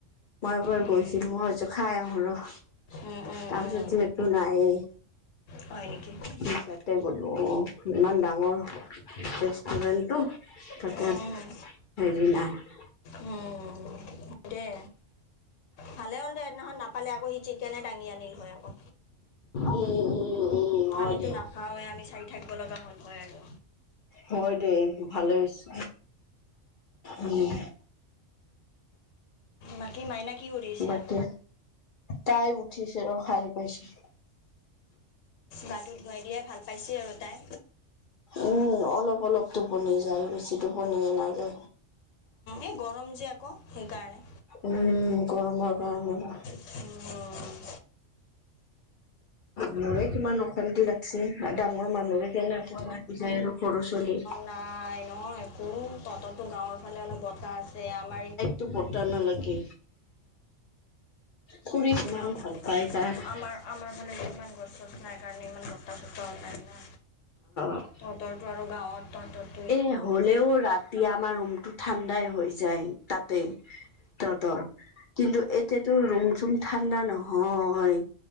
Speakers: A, on the left (about 60°); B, on the left (about 80°).
A: মই এবাৰ
B: উম,
A: গৈছিলোঁ মই ভাবিছো খাই আহো ৰ' তাৰপিছত
B: উম, উম, উম।
A: যিহ তো নায়ে।
B: হয় নেকি
A: মিছাতেই গ'লো অ'। ইমান ডাঙৰ ৰেষ্টুৰেণ্টটো, তাতে
B: উম, উম,
A: হেৰি নাই
B: উম, হয় দে। ভালে হ'ল দে সেদিনাখন নাপালে, আকৌ সি চিকেনে দাঙি আনিল হয় আকৌ।
A: উম, উম। উম হয়
B: আমিতো
A: দে
B: নাখাওঁৱে আমি চাই থাকিব লগা হল হয় আৰু।
A: হয় দেই ভালে হৈছে উম।
B: বাকী মাইনা কি কৰিছে?
A: বাকী তাই উঠিছে ৰ খাল পাইছো।
B: গাটো ধুৱাই দিয়াই ভাল পাইছে আৰু তাই।
A: উম অলপ অলপ টোপনি জাল বেছি টোপন নায় দে।
B: এই গৰম যে আকৌ সেইকাৰণে।
A: উম গৰমৰ গৰমৰ
B: উম
A: মোৰে কিমান অশান্তি লাগ ডাঙৰ মানুহৰে কেনেকৌ লাগি যায় আৰু সৰু ছোৱালী
B: প্ৰাই ন একো তততো গাঁৱৰ ফালে অলপ বতাহ আছে, আমাৰ
A: টো পতা নালাগে ফুৰি ইমান
B: আম
A: ভাল পায় তাৰ।
B: আমাৰ আমাৰ ফালে ইমান গছ চছ নাই কাৰণে ইমান বতহ চতাহও নাই না।
A: অ
B: তহঁতৰটো আৰু গাঁৱত তহঁত
A: এ হ'লেও ৰাতি আমাৰ ৰুমতটো ঠাণ্ডাই হৈ যায়, তাত তে তহঁতৰ কিন্তু এতিয়াতো ৰুম চুম ঠাণ্ডা নহয়।